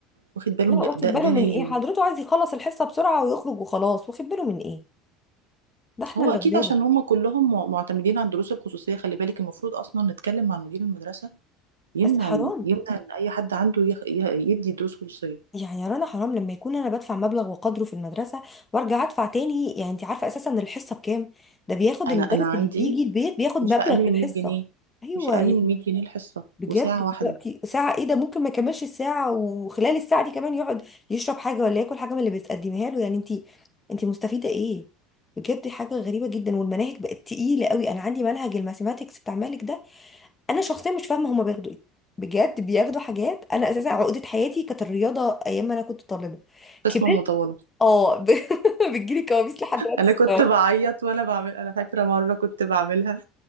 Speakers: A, on the right; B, on the left.
A: واخد باله
B: لا
A: من
B: واخد
A: ده, ده
B: باله من
A: نايم
B: ايه حضرته عايز يخلص الحصه بسرعه ويخرج وخلاص واخد باله من ايه ده احنا
A: هو
B: اللي
A: اكيد
B: غلابه
A: عشان هم كلهم مع- معتمدين على الدروس الخصوصيه خلي بالك المفروض اصلا نتكلم مع مدير المدرسه يمنع
B: بس حرام
A: ال... يمنع ان اي حد عنده يخ... ي- يدي دروس خصوصيه
B: يعني يا رنا حرام لما يكون انا بدفع مبلغ وقدره في المدرسه وارجع ادفع تاني يعني انت عارفه اساسا الحصه بكام ده بياخد
A: انا
B: المدرس
A: انا عندي
B: اللي بيجي البيت بياخد مبلغ
A: مش اقل
B: في
A: من
B: الحصه
A: 100 جنيه
B: ايوه
A: مش اقل
B: يعني
A: من 100 جنيه الحصه
B: بجد
A: وساعه واحده
B: دلوقتي ساعه ايه ده ممكن ما يكملش الساعه وخلال الساعه دي كمان يقعد يشرب حاجه ولا ياكل حاجه من اللي بتقدمها له يعني انت انت مستفيده ايه بجد حاجه غريبه جدا والمناهج بقت تقيله قوي انا عندي منهج الماثيماتكس بتاع مالك ده انا شخصيا مش فاهمه هما بياخدوا ايه بجد بياخدوا حاجات انا اساسا عقده حياتي كانت الرياضه ايام ما انا كنت طالبه
A: قسمه
B: كبرت
A: مطوله
B: اه ب... <laughs> بتجيلي كوابيس لحد دلوقتي
A: انا
B: الصراحة.
A: كنت بعيط وانا بعمل انا فاكره مره كنت بعملها